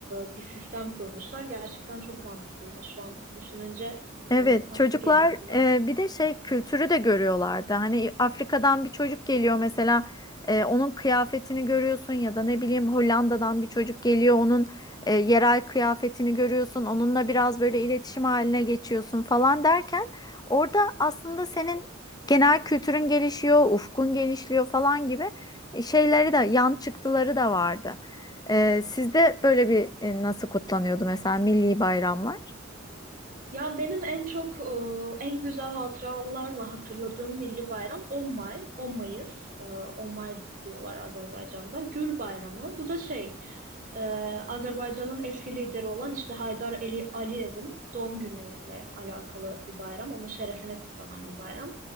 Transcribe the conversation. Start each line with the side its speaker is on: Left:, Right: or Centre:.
Right: e, bir sistem kurmuşlar. Gerçekten çok mantıklıymış şu an düşününce e,
Left: Evet,
Right: tatlı
Left: çocuklar
Right: geliyor kulağa.
Left: e, bir de şey kültürü de görüyorlardı. Hani Afrika'dan bir çocuk geliyor mesela e, onun kıyafetini görüyorsun ya da ne bileyim Hollanda'dan bir çocuk geliyor onun e, yerel kıyafetini görüyorsun. Onunla biraz böyle iletişim haline geçiyorsun falan derken orada aslında senin genel kültürün gelişiyor, ufkun genişliyor falan gibi şeyleri de yan çıktıları da vardı. E, sizde böyle bir e, nasıl kutlanıyordu mesela milli bayramlar?
Right: Ya benim en çok e, en güzel hatıralarla hatırladığım milli bayram 10 May, 10 Mayıs, e, 10 May diyorlar Azerbaycan'da. Gül Bayramı. Bu da şey, e, Azerbaycan'ın eski lideri olan işte Haydar Ali Aliyev'in doğum günüyle alakalı bir bayram. Onun şerefine kutlanan bir bayram.